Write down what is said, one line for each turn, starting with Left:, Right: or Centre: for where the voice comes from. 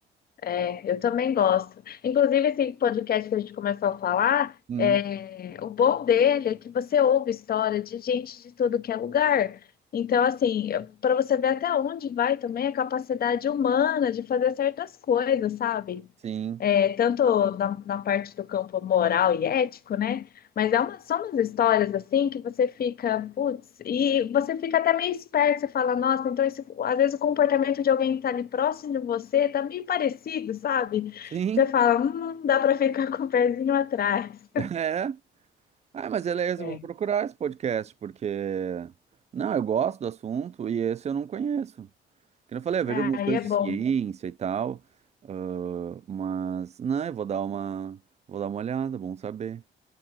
Left: É, eu também gosto. Inclusive, esse podcast que a gente começou a falar,
Right: Hum,
Left: é, o bom dele é que você ouve história de gente de tudo que é lugar. Então, assim, para você ver até onde vai também a capacidade humana de fazer certas coisas, sabe?
Right: sim,
Left: é, tanto na, na parte do campo moral e ético, né? Mas é uma, são umas histórias assim que você fica, putz, e você fica até meio esperto, você fala, nossa, então esse, às vezes o comportamento de alguém que está ali próximo de você tá meio parecido, sabe?
Right: sim,
Left: Você fala, hum, dá para ficar <laughs> com o pezinho atrás.
Right: <laughs> é. Ah, mas beleza,
Left: É.
Right: eu vou procurar esse podcast, porque... Não, eu gosto do assunto e esse eu não conheço. Como eu falei, eu
Left: Aí
Right: vejo algumas coisas
Left: é bom.
Right: de ciência e tal, ah, mas, não, eu vou dar uma, vou dar uma olhada, bom saber.